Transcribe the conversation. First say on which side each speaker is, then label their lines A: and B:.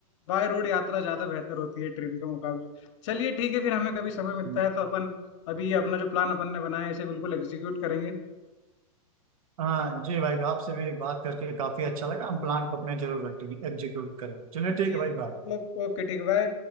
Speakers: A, on the left; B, on the right.
A: बाय रोड यात्रा ज्यादा बेहतर होती है ट्रेन के मुकाबले चलिए ठीक है फिर हमें कभी समय मिलता
B: हम्म।
A: है तो अपन अभी ये अपना जो प्लान अपन ने बनाया है इसे बिल्कुल एग्जीक्यूट करेंगे
B: हाँ जी भाई आपसे भी बात करके काफी अच्छा लगा हम प्लान को अपने जरूर एग्जीक्यूट करें चलिए ठीक
A: जी
B: है भाई बाय
A: ओ, ओके ठीक बाय